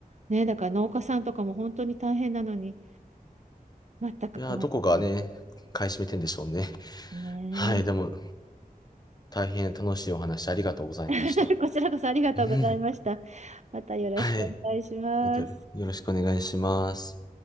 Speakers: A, on the right; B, on the left.
A: ねだから農家さんとかも本当に大変なのに全く困ったもんで
B: いや、どこがね、買い占めてんでしょうね。
A: すね
B: はい。でも、大変楽しいお話ありがとうございました。
A: <laughs> こちらこそありがとうございました
B: うん。
A: またよろしくお願いします
B: はい。またよろしくお願いします。